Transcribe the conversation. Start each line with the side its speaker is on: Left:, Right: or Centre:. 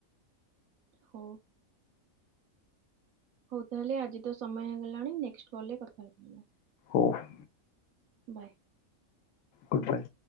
Right: ହୋଉ ହଉ ତାହେଲେ ଆଜି ତ ସମୟ ହେଇଗଲାଣି ନେକ୍ସଟ୍ କଲ୍ କଥାବାର୍ତ୍
Left: ଓ ହୋ
Right: ବାଏ
Left: ଗୁଡ଼ ବାଏ